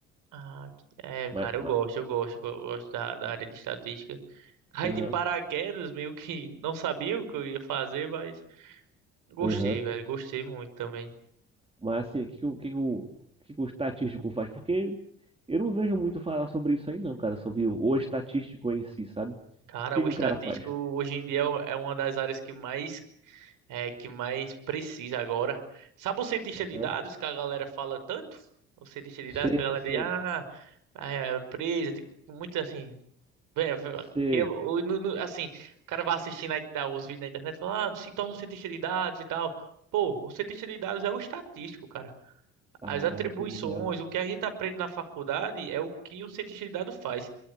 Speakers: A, on the right; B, on the right.
A: Ah, que- é,
B: Mas,
A: cara, eu
B: mas,
A: gosto, eu gosto, eu gosto da, da área de estatística. Caí
B: aham,
A: de paraquedas, meio que não sabia o que eu ia fazer, mas gostei,
B: aham.
A: velho, gostei muito também.
B: Mas assim, o que, que, o, o que, que, o o que que o estatístico faz? Porque eu não vejo muito falar sobre isso aí, não, cara. Sobre o, o estatístico em si, sabe? O
A: Cara,
B: que,
A: o
B: que
A: estatístico
B: o cara faz?
A: hoje em dia é o- é uma das áreas que mais É que mais precisa agora. Sabe o cientista
B: Aham.
A: de dados que a galera fala tanto? O cientista de
B: C,
A: dados que a galera
B: C,
A: diz, ah, é presa, tem muito assim. vé- vé-
B: C.
A: Que, o- no- no- assim, o cara vai assistindo aí, tá, os vídeos na internet e fala, ah, se torna um cientista de dados e tal. Pô, o cientista de dados é o estatístico, cara.
B: Ah,
A: As atribuições,
B: tô ligado.
A: o que a gente aprende na faculdade é o que um cientista de dados faz.